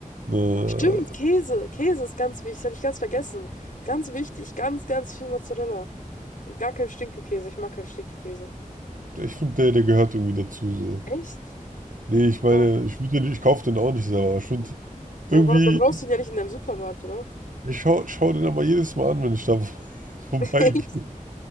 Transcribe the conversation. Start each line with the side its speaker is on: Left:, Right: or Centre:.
Right: ne,
Left: Stimmt, Käse. Käse ist ganz wichtig. Das habe ich ganz vergessen. Ganz wichtig. Ganz, ganz viel Mozzarella. Und gar kein Stinkekäse. Ich mag keinen Stinkekäse.
Right: ich finde, der, der gehört irgendwie dazu. So.
Left: Echt?
Right: Nee, ich
Left: Aber,
Right: meine, ich, würd den, ich kaufe den auch nicht selber. aber Ich finde irgendwie,
Left: ja, aber warum, du brauchst ihn ja nicht in deinem Supermarkt, oder?
Right: ich schau, schau den aber jedes Mal an, wenn ich da <laughs> vorbeigehe.
Left: <laughs> Echt?